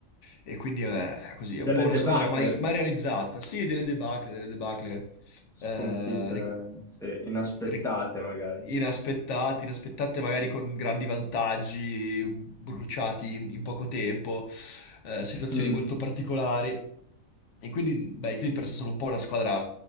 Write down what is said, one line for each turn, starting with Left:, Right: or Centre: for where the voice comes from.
Left: e quindi è così,
Centre: Delle
Left: è un po' una
Centre: debacle?
Left: squadra mai, mai realizzata. Sì, delle debacle, delle debacle.
Centre: Sconfitte,
Left: Eh, ri-
Centre: sì, inaspettate
Left: ri-
Centre: magari.
Left: inaspettati, inaspettate magari con grandi vantaggi, bruciati in, in poco tempo, eh, situazioni
Centre: Mm,
Left: molto particolari. E quindi, beh, i Clippers sono un po' una squadra